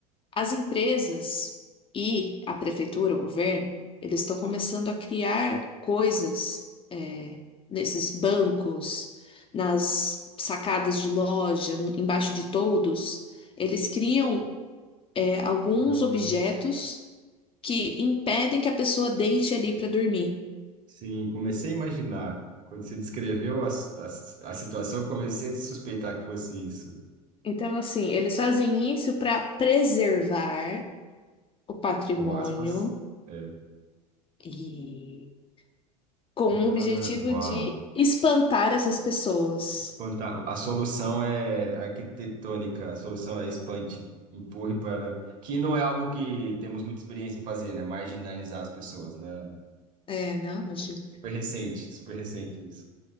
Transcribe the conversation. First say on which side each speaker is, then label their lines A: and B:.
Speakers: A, on the left; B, on the right.
A: As empresas e a prefeitura, o governo, eles estão começando a criar coisas é, nesses bancos, nas sacadas de loja, no- embaixo de toldos. Eles criam é, alguns
B: Hum,
A: objetos que impedem que a pessoa deite ali para dormir.
B: sim. Comecei a imaginar. Quando você descreveu a, a, a situação, eu comecei a suspeitar que fosse isso.
A: Então, assim, eles fazem isso para preservar o patrimônio
B: Com aspas. É.
A: e com
B: Ah,
A: o objetivo
B: uau.
A: de espantar essas pessoas.
B: Espantar. A solução é arquitetônica, a solução é espante, empurre para. Que não é algo que temos muita experiência em fazer, né? Marginalizar as pessoas, né?
A: É, não, imagina.
B: Super recente, super recente isso.